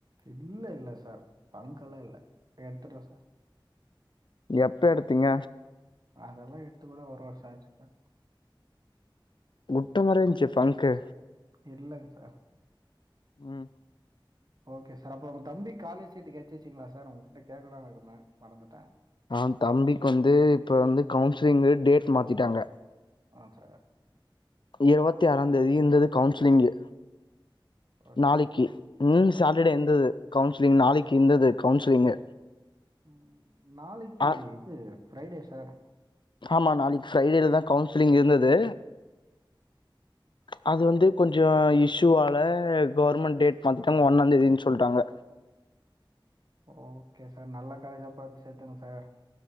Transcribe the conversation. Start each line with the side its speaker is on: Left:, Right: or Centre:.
Right: இல்ல இல்ல சார் பங்க் எல்லா இல்ல எடுத்துட்டே சார்
Left: எப்ப எடுத்தீங்க
Right: அதெல்லா எடுத்து கூட ஒரு வருஷோ ஆச்சு சார்
Left: உட்ட மாரியே இருஞ்சே பங்க்கு
Right: இல்லங் சார்
Left: ம்
Right: ஓகே சார் அப்புறோ உங் தம்பி காலேஜ் சீட்டு கெட்ச்சிட்சிங்களா சார் உங்க கிட்ட கேட்கலாம்னு இருந்தே மறந்துட்டே
Left: ஆ தம்பிக்கு வந்து இப்ப வந்து கவுன்சிலிங் டேட் மாத்திட்டாங்க
Right: ஆ சார்.
Left: இருவத்தி ஆறாம் தேதி இருந்தது கவுன்சிலிங்கு
Right: ஓகே
Left: நாளைக்கு
Right: சார்.
Left: ம் சாட்டர்டே இருந்தது கவுன்சிலிங் நாளைக்கு இருந்தது கவுன்சிலிங்கு
Right: ம் நாளைக்கு
Left: ஆ
Right: இது ஃபிரைடே சார்
Left: ஆமா நாளைக்கு ஃபிரைடேல தா கவுன்சிலிங் இருந்தது அது வந்து கொஞ்சோ இஷ்யூவால கவர்மெண்ட் டேட் மாத்திட்டாங்க ஒன்னாந்தேதின்னு சொல்லிட்டாங்க
Right: ஓகே சார் நல்ல காலேஜா பாத்து சேத்துங்க சார்